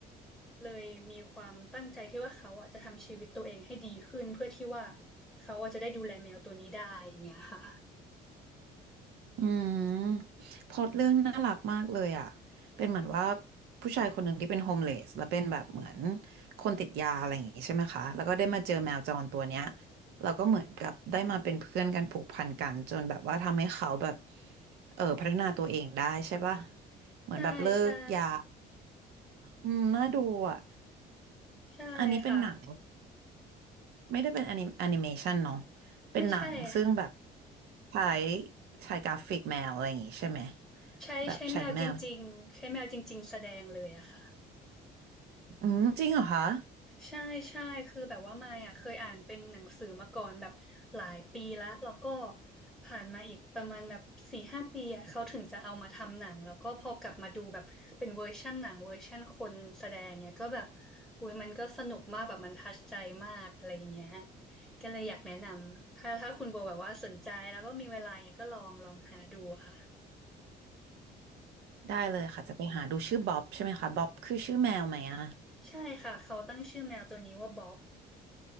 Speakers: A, in the centre; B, on the right (about 75°).
A: เลยมีความตั้งใจที่ว่าเขาอ่ะจะทำชีวิตตัวเองให้ดีขึ้นเพื่อที่ว่าเขาอ่ะจะได้ดูแลแมวตัวนี้ได้อย่างเงี้ยค่ะ
B: อืมพล็อตเรื่องน่ารักมากเลยอ่ะเป็นเหมือนว่าผู้ชายคนหนึ่งที่เป็นโฮมเลสแล้วเป็นแบบเหมือนคนติดยาอะไรอย่างงี้ใช่ไหมคะแล้วก็ได้มาเจอแมวจรตัวเนี้ยแล้วก็เหมือนกับได้มาเป็นเพื่อนกันผูกพันกันจนแบบว่าทำให้เขาแบบเออพัฒนาตัวเองได้ใช่ปะเหมือนแบบเลิกยา
A: ใช่ใช่
B: อืมน่าดูอ่ะ
A: ใช่ค่ะ
B: อันนี้เป็นหนัง ไม่ได้เป็นแอนิแอนิเมชันเนาะเป็นหนังซึ่งแบบ
A: ไม่ใช่ค่ะ
B: ใช้ใช้กราฟิกแมวอะไรอย่างงี้ใช่ไหม
A: ใช้ใช้แมวจริงๆใช้แมวจริงๆแสดงเลยอะค่ะ
B: แบบใช้แมวอืมจริงเหรอคะ
A: ใช่ใช่คือแบบว่ามายอ่ะเคยอ่านเป็นหนังสือมาก่อนแบบหลายปีแล้วแล้วก็ผ่านมาอีกประมาณแบบสี่ห้าปีอ่ะเขาถึงจะเอามาทำหนังแล้วก็พอกลับมาดูแบบเป็นเวอร์ชั่นหนังเวอร์ชั่นคนแสดงเนี่ยก็แบบอุ้ยมันก็สนุกมากแบบมันทัชใจมากอะไรอย่างเงี้ยก็เลยอยากแนะนำถ้าถ้าคุณโบแบบว่าสนใจแล้วก็มีเวลาเนี่ยก็ลองลองหาดูค่ะ
B: ได้เลยค่ะจะไปหาดูชื่อบ๊อบใช่ไหมคะบ๊อบคือชื่อแมวไหมอะ
A: ใช่ค่ะเขาตั้งชื่อแมวตัวนี้ว่าบ๊อบ